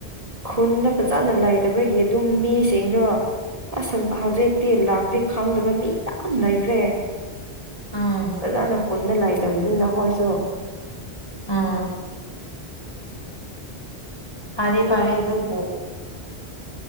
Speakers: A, on the right (about 35°); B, on the left (about 25°).
A: ꯈꯨꯟꯗ ꯐꯖꯅ ꯂꯩꯇꯕꯒꯤ ꯑꯗꯨꯝ ꯃꯤꯁꯤꯡꯗꯣ ꯑꯁ ꯍꯧꯖꯤꯛꯇꯤ ꯂꯥꯛꯅ‌ꯦ ꯈꯪꯗꯕ ꯃꯤ ꯌꯥꯝ ꯂꯩꯈ꯭ꯔꯦ
B: ꯎꯝ
A: ꯑꯗꯥꯅ ꯀꯨꯟꯅ ꯂꯥꯛꯇꯕꯅꯤꯅ ꯈꯣꯏꯁꯨ
B: ꯑꯝ ꯐꯥꯗꯤ ꯐꯥꯏ ꯑꯗꯨꯕꯣ